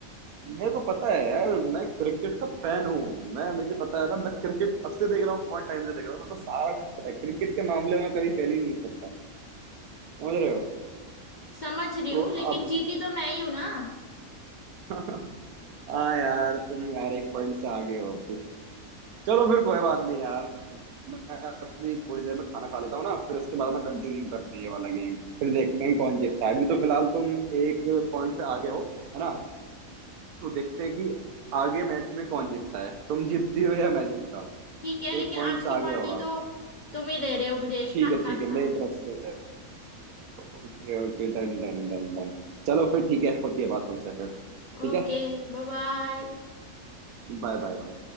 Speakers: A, on the right; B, on the left.
A: मेरे को पता है यार मैं क्रिकेट का फैन हूँ मैं मुझे पता है ना मैं क्रिकेट अब से देख रहा हूँ बहुत टाइम से देख रहा हूँ मेरे को सारा कुछ पता है क्रिकेट के मामले में कभी फेल ही नहीं हो सकता समझ रहे हो
B: समझ रही
A: तो
B: हूँ लेकिन
A: अब
B: जीती तो मैं ही हूं ना
A: <laughs> हाँ यार तुम यार एक पॉइंट से आगे हो चलो फिर कोई बात नहीं यार मैं अभी थोड़ी देर में खाना खा लेता हूँ ना फिर उसके बाद में कंटिन्यू करते हैं ये वाला गेम फिर देखते हैं कौन जीतता है अभी तो फिलहाल तुम एक पॉइंट से आगे हो है ना तो देखते हैं कि आगे मैच में कौन जीतता है तुम जीतती हो या मैं जीतता हूँ
B: ठीक है लेकिन
A: एक पॉइंट
B: आज
A: से
B: की
A: आगे
B: पार्टी
A: हो आप
B: तो तुम ही दे रहे हो मुझे
A: ठीक
B: <laughs> हा
A: है
B: हा
A: ठीक है
B: हा
A: मेरी तरफ से Okay okay done done done done चलो फिर ठीक है होती है बात तुमसे फिर ठीक
B: ओके
A: है
B: Bye bye
A: Bye bye bye